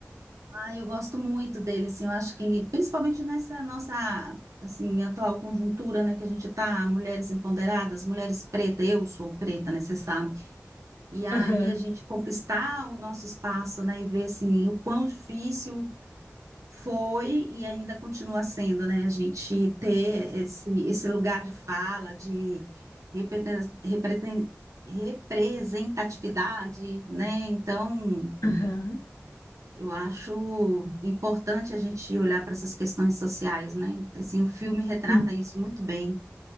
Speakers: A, on the right; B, on the left.
A: Ah, eu gosto muito dele, assim, eu acho que, principalmente nessa nossa, assim, atual conjuntura, né, que a gente tá, mulheres empoderadas, mulheres pretas, eu sou preta, né, você sabe? E aí
B: Aham,
A: a gente conquistar o nosso espaço, né, e ver, assim, o quão difícil foi e ainda continua sendo, né, a gente ter esse, esse lugar de fala, de represen- represen- representatividade, né, então...
B: aham.
A: Eu acho importante a gente olhar para essas questões sociais, né? Assim, o filme retrata
B: sim.
A: isso muito bem.